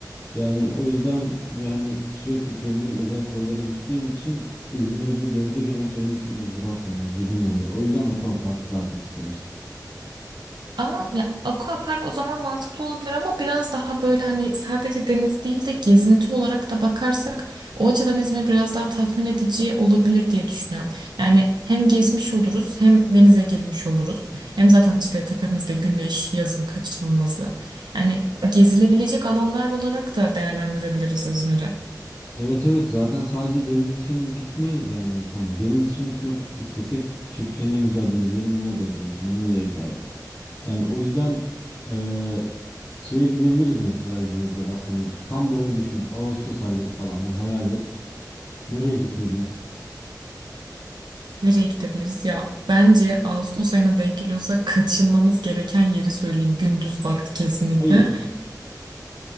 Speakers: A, on the left; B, on the right.
A: Yani o yüzden ve hani sürekli kendim özel koylara gittiğim için İzmir'de denize girmek benim için ızdırap yani zulüm oluyor. O yüzden Aquapark'ı daha çok istemiştim.
B: Ama ya aquapark o zaman mantıklı olabilir ama biraz daha böyle hani sadece deniz değil de gezinti olarak da bakarsak o açıdan İzmir biraz daha tatmin edici olabilir diye düşünüyorum. Yani hem gezmiş oluruz hem denize girmiş oluruz. Hem zaten işte tepemizde güneş yazın kaçınılmazı. Yani gezilebilecek alanlar olarak da değerlendirebiliriz İzmir'i.
A: Evet evet zaten sadece deniz için gitmeyiz yani. Hani deniz için gitmek istesek Türkiye'nin en güzel denizleri Muğla'da biliyorsun. Muğla'ya giderdik. Yani o yüzden eee, şeye gidebiliriz mesela İzmir'de. Bak hani tam böyle düşün. Ağustos ayları falan bir hayal et. Nereye gitmeliyiz?
B: Nereye gidebiliriz? Ya bence Ağustos ayına denk geliyorsa kaçınmamız gereken yeri söyleyeyim. Gündüz vakti kesinlikle.
A: Hayır.